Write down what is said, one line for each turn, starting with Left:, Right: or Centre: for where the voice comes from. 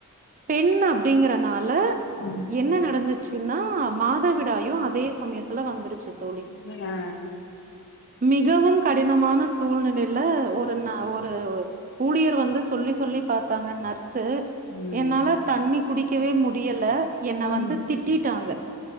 Right: பெண் அப்டிங்கறனால
Left: ம்
Right: என்ன நடந்து ச்சுனா மாதவிடாயு அதே சமயத்துல வந்துருச்சு தோழி
Left: என்னங்க
Right: மிகவும் கடினமான சூழ்நிலைல ஒரு ந ஒரு ஊழியரு வந்து சொல்லி சொல்லி பாத்தாங்க நர்ஸு
Left: ம்
Right: என்னால தண்ணி குடிக்கவே முடியல என்ன
Left: ம்
Right: வந்து திட்டிட்டாங்க